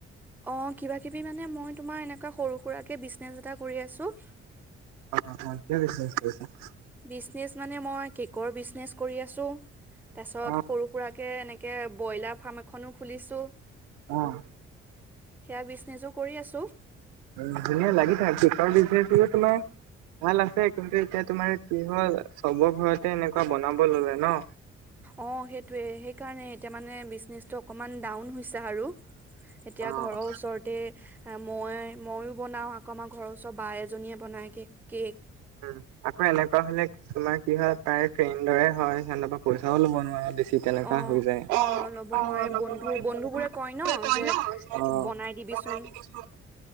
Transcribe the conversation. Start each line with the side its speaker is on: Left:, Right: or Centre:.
Centre: অ কিবা কিবি মানে মই তোমাৰ এনেকুৱা সৰু সুৰাকে বিজনেছ এটা কৰি আছো।
Right: অ হয়, কিহৰ বিজনেছ কৰিছা?
Centre: বিজনেছ মানে মই কেকৰ বিজনেছ কৰি আছো। তাৰ পিছত
Right: অ
Centre: সৰু-সুৰা কে এনেকে ব্ৰইলাৰ ফাৰ্ম এখনো খুলিছো।
Right: অহ।
Centre: সেয়া বিজনেছো কৰি আছো।
Right: উ ধুনীয়া লাগি থাকা। কেকৰ বিজনেজটোহে তোমাৰ ভাল আছে কিন্তু এতিয়া তোমাৰ কি হ'ল চবৰ ঘৰতে এনেকুৱা বনাব ললে ন।
Centre: অ সেইটোৱে সেইকাৰণে এতিয়া মানে বিজনেচটো অকমান ডাউন হৈছে আৰু। এতিয়া
Right: উম
Centre: ঘৰৰ ওচৰত তে মই মইও বনাও আকৌ আমাৰ ঘৰৰ ওচৰৰ বা এজনীয়ে বনাই কে কেক।
Right: উম আকৌ এনেকোৱা হ'লে তোমাৰ কি হয় প্ৰায় ফ্ৰেণ্ডৰে হয় সিহঁতৰ পৰা পইচাও ল'ব নোৱাৰে বেছি। ঠিক তেনেকোৱা
Centre: অ
Right: হৈ যায়। অ
Centre: ল'ব
Right: অ
Centre: নোৱাৰি
Right: লব
Centre: বন্ধু
Right: নোৱাৰি
Centre: বন্ধু
Right: বহুতে
Centre: বোৰে কয় ন
Right: কয়
Centre: যে
Right: ন যে অ
Centre: বনাই দিবিচোন
Right: বনাই দি কৰিছ অ।